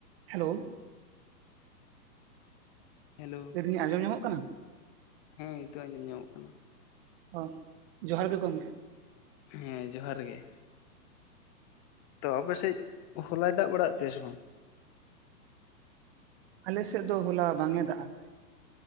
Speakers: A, on the right; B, on the left.
A: ᱦᱮᱞᱳ
B: ᱦᱮᱞᱳ
A: ᱞᱟᱹᱭᱫᱟᱹᱧ ᱟᱸᱡᱚᱢ ᱧᱟᱢᱚᱜ ᱠᱟᱱᱟ?
B: ᱦᱮᱸ ᱱᱤᱛᱳᱜ ᱟᱸᱡᱚᱢ ᱧᱟᱢᱚᱜ ᱠᱟᱱᱟ᱾
A: ᱚᱸ ᱡᱚᱦᱟᱨ ᱜᱮ ᱜᱚᱢᱠᱮ
B: ᱦᱮᱸ ᱡᱚᱦᱟᱨ ᱜᱮ᱾ ᱛᱚ ᱟᱯᱮᱥᱮᱡ ᱦᱚᱞᱟᱭ ᱫᱟᱜ ᱵᱟᱲᱟ ᱭᱮᱜ ᱯᱮᱭᱟ ᱥᱮ ᱵᱟᱝ?
A: ᱟᱞᱮᱥᱮᱫ ᱫᱚ ᱦᱚᱞᱟ ᱵᱟᱝ ᱮ ᱫᱟᱜ ᱟᱠᱟᱫᱟᱭ,